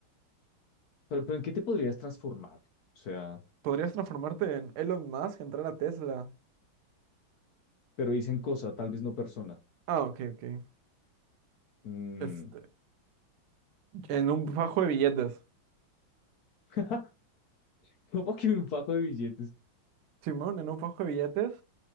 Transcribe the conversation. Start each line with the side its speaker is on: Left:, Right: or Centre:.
Left: Pero, pero ¿en qué te podrías transformar? O sea,
Right: Podrías transformarte en Elon Musk, entrar a Tesla.
Left: pero dicen cosa, tal vez no persona.
Right: Ah, ok, ok.
Left: Mm,
Right: Este, en un fajo de billetes.
Left: <laughs> ¿Cómo que un fajo de billetes?
Right: Simón, en un fajo de billetes.